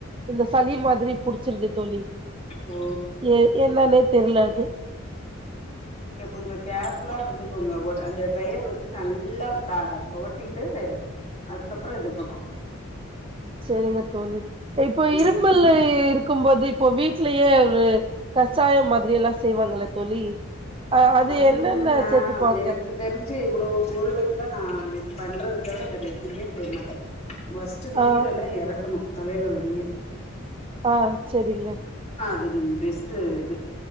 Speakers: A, on the right (about 25°); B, on the left (about 30°).
A: இந்த சளி மாதிரி புடிச்சுருது தோழி
B: ஓ
A: ஏ என்னானே தெர்ல அது
B: நீங்க கொஞ்சொ கேர்ஃபுல்லா இருந்துக்கோங்க வோட் அந்த ட்ரையர் வச்சு நல்லா த தொவட்டீட்டு அதுக்கப்றோ இது பண்ணோ
A: சேரிங்க தோழி இப்போ இரும்பல்லு
B: ம்
A: இருக்கும்போது இப்போ வீட்லயே ஒரு கசாயம் மாதிரி எல்லா செய்வாங்கல்ல தோழி அ அது
B: அதுலு
A: என்னென்ன
B: நா
A: சேத்துப்பாங்க
B: எனக்கு தெரிஞ்சு இவ்ளோ கோல்டு இருந்தா நா பண்றது தவர வேற எதுமே செய் மாட்ட வஸ்ட்டு நீரெல்லா
A: ஆ
B: எறக்கணு தலைல உள்ள நீர்
A: ஆஹ் செரிங்க
B: அதும் பெஸ்ட்டு இது